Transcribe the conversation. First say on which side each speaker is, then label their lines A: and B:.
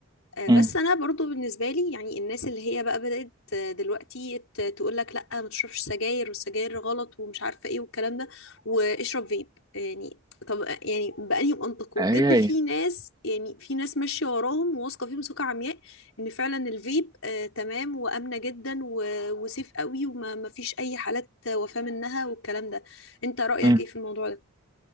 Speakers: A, on the left; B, on the right.
A: آه،
B: امم
A: بس انا برضو بالنسبه لي يعني الناس اللي هي بقى بدات آه، دلوقتي تقول لك لا ما تشربش سجاير والسجاير غلط ومش عارفه ايه والكلام ده واشرب فيب يعني طب آه، يعني بأنهي منطق وبجد
B: هي هي
A: في ناس يعني في ناس ماشيه وراهم وواثقه فيهم ثقه عمياء ان فعلا الفيب آه تمام وامنه جدا و- وسيف قوي وما ما فيش اي حالات وفاه منها والكلام ده انت رأيك
B: امم
A: ايه في الموضوع ده